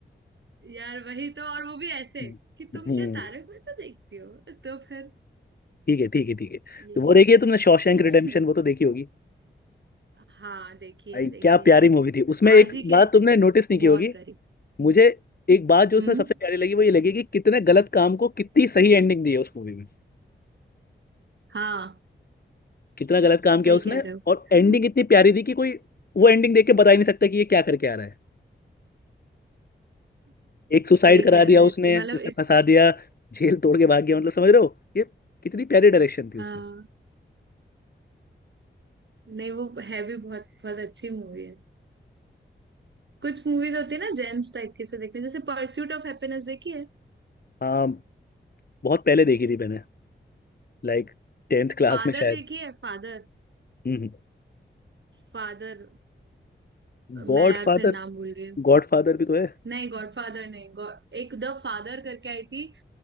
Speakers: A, on the right (about 65°); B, on the left (about 50°).
A: यार वही तो और वो भी ऐसे
B: हम्म
A: कि तुम
B: हम्म,
A: क्या तारक मेहता देखती हो तो फिर
B: ठीक है ठीक है ठीक है
A: ये
B: तो वो देखिए
A: है
B: तुमने शॉशैंक
A: <laughs>
B: रिडेम्पशन वो तो देखी होगी
A: हाँ देखिए
B: भाई
A: देखिए
B: क्या प्यारी मूवी थी उसमें एक
A: आज ही
B: बात
A: की
B: तुमने नोटिस नहीं की
A: बहुत
B: होगी
A: करी
B: मुझे एक बात जो उसमें
A: हम्म
B: सबसे प्यारी लगी वो ये लगी कि कितने गलत काम को कितनी सही एंडिंग दी है उस मूवी में
A: हाँ
B: कितना गलत काम किया
A: सही
B: उसने
A: कह रहे हो
B: और एंडिंग
A: <laughs>
B: इतनी प्यारी दी कि कोई वो एंडिंग देख के बता ही नहीं सकता कि ये क्या करके आ रहा है एक सुसाइड
A: सही
B: करा
A: कह
B: दिया
A: रहे
B: उसने
A: हो मतलब
B: उसे फंसा
A: इस
B: दिया जेल तोड़ के भाग गया मतलब समझ रहे हो ये कितनी प्यारी डायरेक्शन थी
A: हाँ
B: उसमें
A: नहीं वो है भी बहुत बहुत अच्छी मूवी है कुछ मूवीज होती है ना जेम्स टाइप की से देखते हैं जैसे परस्यूट ऑफ हैप्पीनेस देखी है
B: हाँ बहुत पहले देखी थी मैंने लाइक टेंथ क्लास
A: फादर
B: में शायद
A: देखी है फादर
B: हम्म
A: फादर
B: गॉड
A: मैं यार
B: फादर
A: फिर नाम भूल गई
B: गॉड फादर भी तो है
A: नहीं गॉडफादर नहीं गॉड एक द फादर करके आई थी